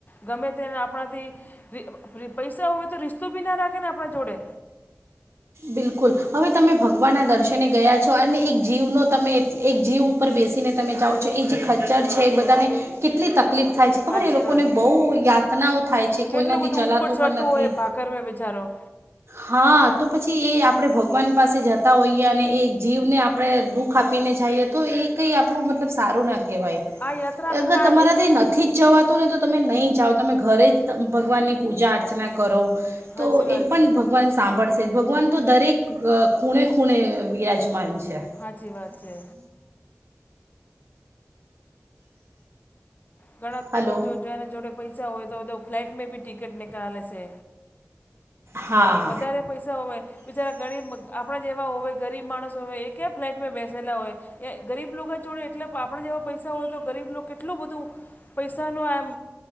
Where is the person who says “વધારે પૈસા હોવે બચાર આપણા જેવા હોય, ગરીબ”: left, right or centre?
Left